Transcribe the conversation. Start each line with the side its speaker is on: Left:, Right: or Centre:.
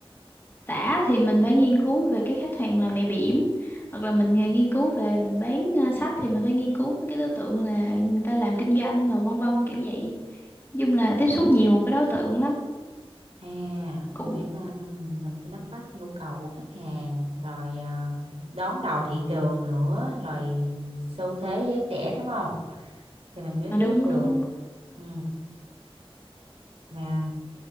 Left: tả thì mình phải nghiên cứu về cái khách hàng là mẹ bỉm hoặc là mình à, nghiên cứu về mình bán à, sách thì mình phải nghiên cứu với cái đối tượng là người ta làm kinh doanh rồi vân vân kiểu vậy Nói chung là tiếp xúc nhiều cái đối tượng lắm
Right: à
Left: cũng
Right: mình phải na- ừ, mình phải nắm bắt nhu cầu của khách hàng rồi ờ, đón đầu thị trường nữa rồi xu thế giới trẻ đúng không thì mình mới
Left: à,
Right: viết
Left: đúng
Right: được
Left: đúng
Right: ừ. mà